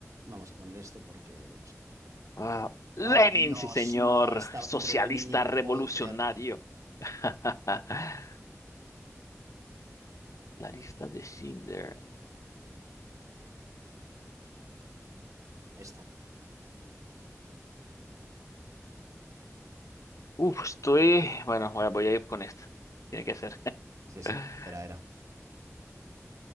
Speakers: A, on the right (about 80°); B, on the left (about 75°).
A: Vamos a poner esto porque no sé.
B: Ah, Lenin,
A: Oh, Dios,
B: sí, señor,
A: no. Estaba
B: socialista
A: entre Lenin y
B: revolucionario.
A: Faulkner.
B: <laughs> La lista de Schindler.
A: Esta.
B: Uf, estoy. Bueno, voy a, voy a ir con esta. Tiene que ser.
A: Sí, sí.
B: <laughs>
A: Era, era.